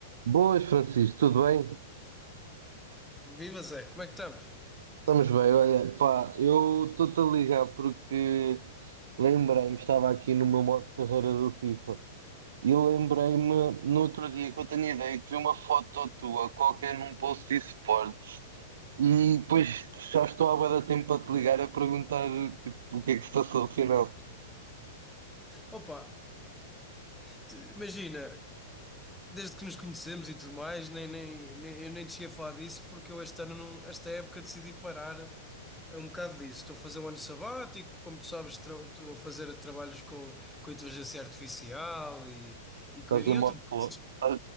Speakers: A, on the right; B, in the centre.
A: Boas, Francisco, tudo bem?
B: Viva Zé, como é que estamos?
A: Estamos bem, olha, pá, eu estou-te a ligar porque lembrei-me, estava aqui no meu modo de carreira do FIFA e lembrei-me no outro dia que eu tenho ideia que vi uma foto tua qualquer num post de esportes e depois já estou há bué de tempo para te ligar a perguntar tipo, o que é que se passou afinal.
B: Opa, t- imagina, desde que nos conhecemos e tudo mais, nem, nem, nem- eu nem te ia falar disso porque eu este ano, não, esta época, decidi parar um bocado disso. Estou a fazer um ano sabático, como tu sabes, tra- estou a fazer trabalhos com, com inteligência artificial e, e, coi-
A: Estás em
B: e
A: modo
B: outras coisas.
A: Klopp, estás